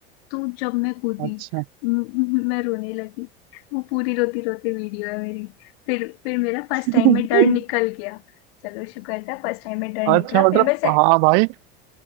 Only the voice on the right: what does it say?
अच्छा
<laughs>
अच्छा
मतलब
हाँ भाई